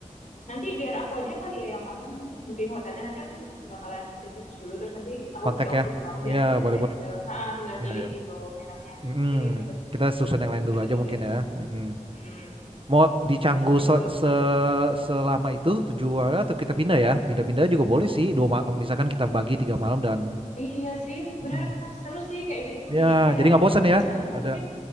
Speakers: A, on the left (about 70°); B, on the right (about 45°).
A: Nanti biar aku aja kali ya yang apa namanya booking hotelnya. Nanti aku bakalan research dulu terus nanti aku
B: kontak
A: kasih opsi
B: ya
A: ke kamu biar
B: Iya
A: nanti kita
B: boleh
A: kayak
B: boleh
A: tinggal, ha, tinggal
B: Iya
A: milih
B: ya
A: gitu enaknya yang
B: hmm
A: mana. Oke deh, noted.
B: kita susun
A: Aku
B: yang lain
A: catat
B: dulu aja
A: juga
B: mungkin
A: itu.
B: ya hmm
A: Mm-mm.
B: mau di
A: Oke,
B: Canggu
A: berarti
B: se-
A: hotel udah.
B: se- selama itu tujuh hari atau kita pindah ya pindah-pindah juga boleh sih dua ma- misalkan kita bagi tiga malam dan
A: Iya sih, benar-benar
B: eh,
A: seru sih kayak gitu.
B: Ya,
A: Jadi kayak
B: jadi nggak bosan ya.
A: di Canggu
B: Ada
A: mungkin,